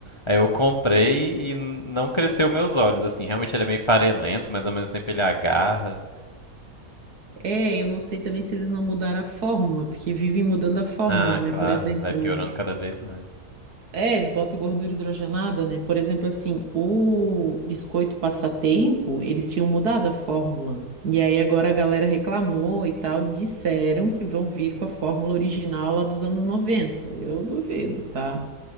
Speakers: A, on the left; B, on the right.
A: Aí eu comprei e n- não cresceu meus olhos, assim, realmente ele é meio farelento, mas ao mesmo tempo ele agarra.
B: É, eu não sei também se eles não mudaram a fórmula, porque vivem mudando a fórmula,
A: Ah,
B: né?
A: claro,
B: Por exemplo,
A: vai piorando cada vez mais.
B: é, eles botam gordura hidrogenada, né? Por exemplo, assim, o biscoito passatempo, eles tinham mudado a fórmula. E aí agora a galera reclamou e tal, disseram que vão vir com a fórmula original lá dos anos 90. Eu duvido, tá?